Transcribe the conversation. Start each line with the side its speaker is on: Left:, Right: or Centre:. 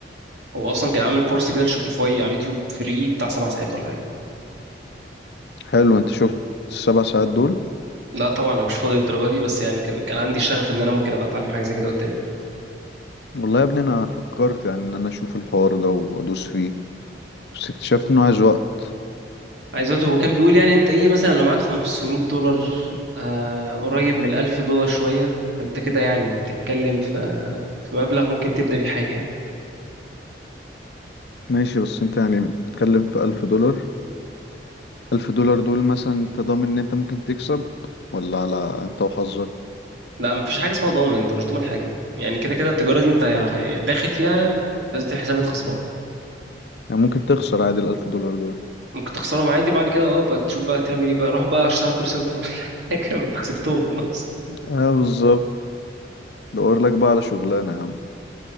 Right: هو اصلا كان عامل كورس كده لشوبيفاي على اليوتيوب فري بتاع سبع ساعات ولا حاجه
Left: حلو انت شفت السبع ساعات دول
Right: لا طبعا انا مش فاضي للدرجه دي بس يعني كان كان عندي شغف ان انا ممكن ابقى اتعلم حاجه زي كده قدام يعني
Left: والله يا ابني انا فكرت يعني ان انا اشوف الحوار ده وادوس فيه بس اكتشفت انه عايز وقت
Right: عايز دلوقتي هو كان بيقول يعني انت ايه مثلا لو معاك 500 دولار آه قريب من 1000 دولار شويه فانت كده يعني بتتكلم في في مبلغ ممكن تبدا بيه حاجه يعني
Left: ماشي بس انت يعني بتتكلم في الف دولار الف دولار دول مثلا انت ضامن ان انت ممكن تكسب ولا على انت وحظك
Right: لا مفيش حاجه اسمها ضامن انت مش ضامن حاجه يعني كده كده التجاره دي انت يا- داخل فيها لازم تعمل حسابك خسران
Left: يعني ممكن تخسر عادي الالف دولار دول
Right: ممكن تخسرهم عادي بعد كده اه بقى تشوف بقى تعمل ايه بقى روح بقى اشتغل كول سنتر ولا حاجه <laughs> ما انت خسرتهم خلاص
Left: اه بالظبط دور لك بقى على شغلانة يا عم